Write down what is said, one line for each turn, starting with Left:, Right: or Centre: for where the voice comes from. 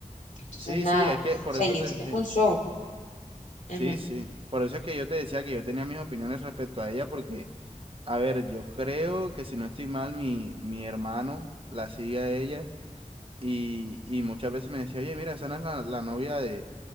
Left: entonces
Right: Sí,
Left: nada.
Right: sí, es que
Left: O
Right: por
Left: sea,
Right: eso
Left: y
Right: te
Left: eso
Right: decía.
Left: fue un show.
Right: Sí,
Left: Ujú,
Right: sí. Por eso es que yo te decía que yo tenía mis opiniones respecto a ella porque... A ver, yo creo que si no estoy mal, mi, mi hermano la sigue a ella y, y muchas veces me decía, oye, mira, esa no es la, la novia de,